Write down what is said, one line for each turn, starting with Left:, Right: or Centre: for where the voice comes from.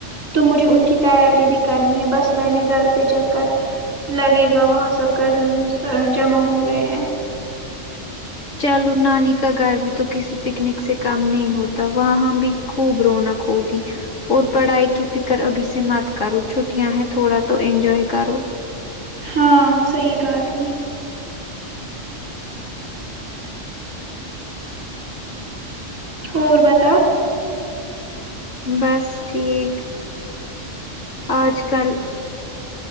Right: تو مجھے ان کی تیاری بھی کرنی ہے بس میں نے گھر پہ چک کر لگے گا وہاں سب کزن جمع ہو رہے ہیں
Left: چلو نانی کا گھر بھی تو کسی پکنک سے کم نہیں ہوتا وہاں بھی خوب رونق ہوگی اور پڑھائی کی فکر ابھی سے مت کرو چھٹیاں ہیں تھوڑا تو انجوائے کرو
Right: ہاں صحیح کہا تم نے اور بتاؤ
Left: بس ٹھیک آج کل